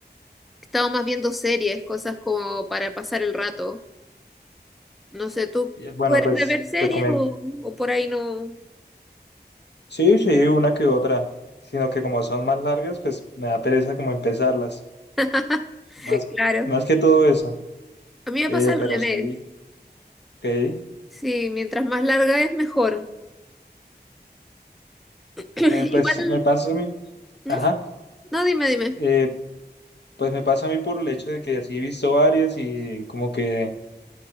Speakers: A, in the centre; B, on the left.
A: estado más viendo series, cosas como para pasar el rato. No sé, ¿tú,
B: Y, Bueno,
A: tú eres
B: pues
A: de ver series
B: recomiendo.
A: o, o por ahí no?
B: Sí, sí, una que otra. Sino que como son más largas, pues me da pereza como empezarlas.
A: <laughs>
B: Más,
A: Claro.
B: más que todo esa.
A: A mí me
B: Eh,
A: pasa al
B: pero
A: revés.
B: sí, ok. Eh,
A: Sí, mientras más larga es mejor. <clears throat> Igual,
B: pues me pasa a mí.
A: ¿Mm?
B: Ajá.
A: no, dime, dime.
B: Eh, Pues me pasa a mí por el hecho de que así he visto varias y como que